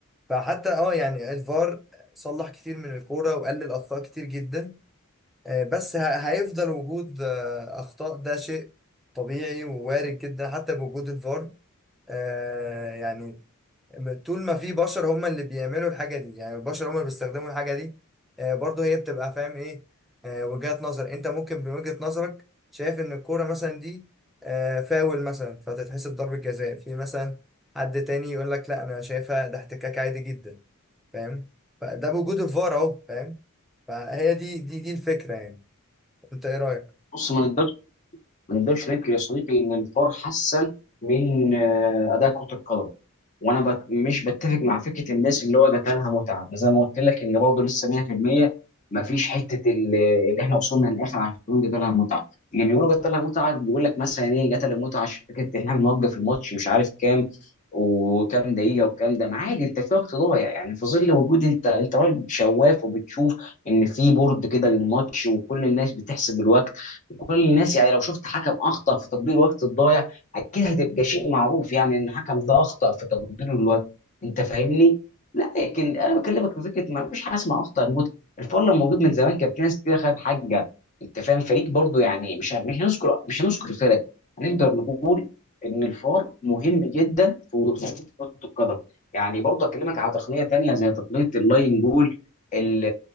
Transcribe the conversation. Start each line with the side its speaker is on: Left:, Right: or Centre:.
Centre: فحتى اه يعني الفار صلح كتير من الكورة وقلل اخطاء كتير جدا آه، بس ه- هيفضل وجود آه، اخطاء ده شيء طبيعي ووارد جدا حتى بوجود الفار آه، يعني طول ما في بشر هم اللي بيعملوا الحاجة دي يعني البشر هم اللي بيستخدموا الحاجة دي آه، برضه هي بتبقى فاهم ايه آه، وجهات نظر انت ممكن بوجهة نظرك شايف ان الكورة مثلا دي آه، فاول مثلا فتتحسب ضربة جزاء في مثلا حد تاني يقول لك لا انا شايفها ده احتكاك عادي جدا فاهم فده بوجود الفار اهو فاهم فهي دي دي دي الفكرة يعني انت ايه رأيك؟
Left: بص ما نقدرش ما نقدرش ننكر يا صديقي ان الفار حسن من آه، اداء كره القدم وانا بت... مش بتفق مع فكره الناس اللي هو جات لها متعه زي ما قلت لك ان برضه لسه 100% ما فيش حته ال- اللي احنا وصلنا للاخر عشان نقول جات لها متعه اللي بيقولوا جات لها متعه بيقول لك مثلا ايه جات لها متعه عشان فكره ان احنا بنوقف الماتش مش عارف كام وكام دقيقه وكام ده ما عادي انت في وقت ضايع يعني في ظل وجود انت انت راجل شواف وبتشوف ان في بورد كده للماتش وكل الناس بتحسب الوقت وكل الناس يعني لو شفت حكم اخطا في تطبيق الوقت الضايع اكيد هتبقى شيء معروف يعني ان الحكم ده اخطا في تقدير الوقت انت فاهمني لا لكن انا بكلمك في فكره ما فيش حاجه اسمها اخطا الموت الفار لو موجود من زمان كان في ناس كتير خدت حاجه انت فاهم فريق برضو يعني مش مش هنذكر مش هنذكر فرق هنقدر نقول ان الفار مهم جدا في وصول كره القدم يعني برضو اكلمك على تقنيه تانية زي تقنيه اللاين جول ال-